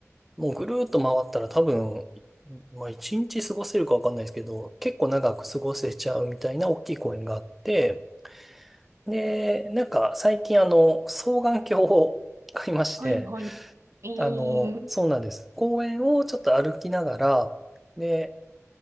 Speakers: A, in the centre; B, on the right.
A: もうぐるーっと回ったら多分、まあ一日過ごせるかわかんないですけど、結構長く過ごせちゃうみたいな大きい公園があって、で、なんか最近あの、双眼鏡を買いまして、
B: はい、はい、えー、
A: あの、そうなんです。公園をちょっと歩きながら、で、